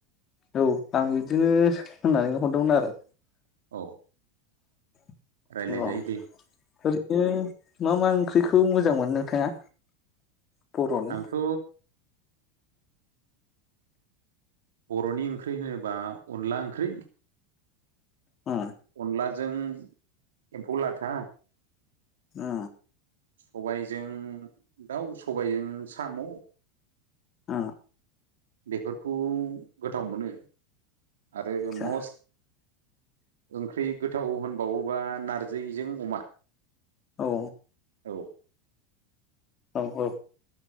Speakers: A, on the left (about 35°); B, on the right (about 85°).
A: औ आं बिदिनो होननानै हरदोंमोन आरो।
B: औ
A: अ
B: रायज्लायजायो
A: ओरैनो
B: दे
A: मा‌‌ मा ओंख्रि खौ मोजां मोनो नोंथाङा? बर'नि
B: आंथ' बर'नि ओंख्रि होनोबा अनला ओंख्रि
A: अ
B: अनलाजों एम्फौ लाथा
A: आ
B: सबायजों दाउ सबायजों साम'
A: आ
B: बेफोरखौ गोथाव मोनो। आरो
A: आदसा
B: मस्ट ओंख्रि गोथाव होनबावोबा नारजिजों अमा
A: औ
B: औ
A: औ औ